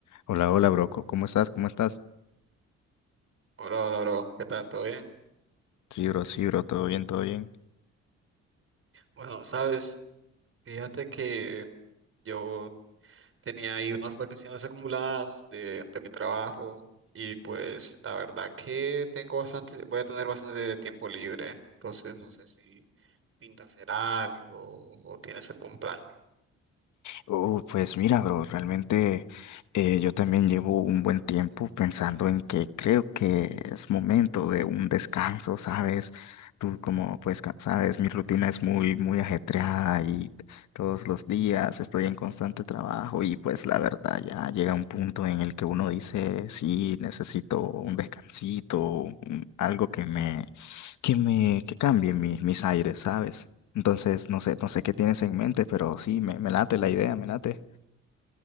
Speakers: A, on the left; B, on the right.
A: Hola, hola, bro. co- ¿Cómo estás? ¿Cómo estás?
B: Hola, hola, bro. ¿Qué tal? ¿Todo bien?
A: Sí, bro, sí, bro. Todo bien, todo bien.
B: Bueno, sabes, fíjate que yo tenía ahí unas vacaciones acumuladas de, de mi trabajo y pues la verdad que tengo bastante, voy a tener bastante tiempo libre, entonces no sé si pinta hacer algo o tienes algún plan.
A: Oh, pues mira, bro, realmente eh, yo también llevo un buen tiempo pensando en que creo que es momento de un descanso, ¿sabes? Tú como pues ca- sabes, mi rutina es muy, muy ajetreada y todos los días estoy en constante trabajo y pues la verdad ya llega un punto en el que uno dice, sí, necesito un descansito, un- algo que me, que me, que cambie mi- mis aires, ¿sabes? Entonces, no sé, no sé qué tienes en mente, pero sí, me, me late la idea, me late.